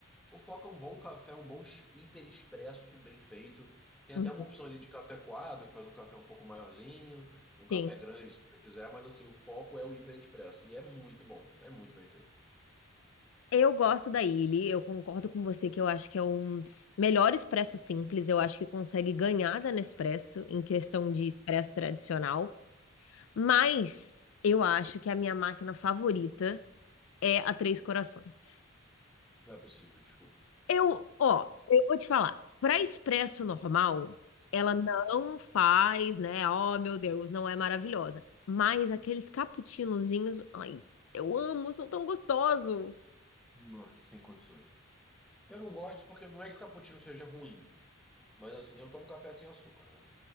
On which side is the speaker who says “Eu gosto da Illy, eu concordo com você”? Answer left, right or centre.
Left